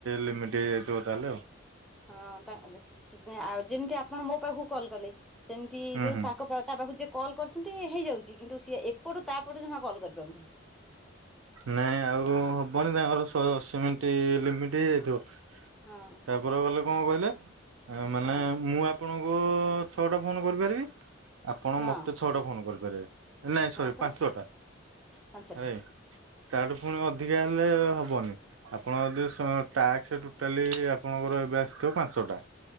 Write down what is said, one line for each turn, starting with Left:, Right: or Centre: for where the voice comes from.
Right: ଲିମିଟ୍ ହେଇଯାଇଥିବ ତାହେଲେ ଆଉ
Centre: ହଁ ତା ଆଉ ଯେମିତି ଆପଣ ମୋ ପାଖକୁ କଲ୍ କଲେ ସେମିତି
Right: ହୁଁ
Centre: ଯୋଉ
Right: ହୁଁ।
Centre: ତାଙ୍କ ପା ତା ପାଖ ଯିଏ କଲ୍ କରୁଛନ୍ତି ହେଇଯାଉଛି କିନ୍ତୁ ସିଏ ଏପଟୁ ତାପଟୁ ଜମା କଲ୍ କରିପାରୁନାହିଁ।
Right: ନାଇଁ ଆଉ ହବନି ତାଙ୍କର ଶହେ ଅଶ ମିନିଟ ଲିମିଟ ହେଇଯାଇଥିବ।
Centre: ହଁ।
Right: ତାପରେ କଲେ କଣ କହିଲେ ମାନେ
Centre: ହଁ
Right: ମୁଁ ଆପଣଙ୍କୁ ଛଅଟା ଫୋନ କରିପାରିବି ଆପଣ
Centre: ହଁ
Right: ମତେ ଛଅଟା ଫୋନ କରିପାରିବେ। ନାଇଁ
Centre: ହଁ
Right: ସରି
Centre: ପା
Right: ପାଞ୍ଚଟା ହେଲାକି।
Centre: ପାଞ୍ଚଟା
Right: ତାଠୁ ପୁଣି ଅଧିକା ହେଲେ ହବନି। ଆପଣ ଯଦି ଟାକ୍ସ ଟୋଟାଲି ଆପଣଙ୍କର ଏବେ ଆସିଥିବ ପାଞ୍ଚ ଟା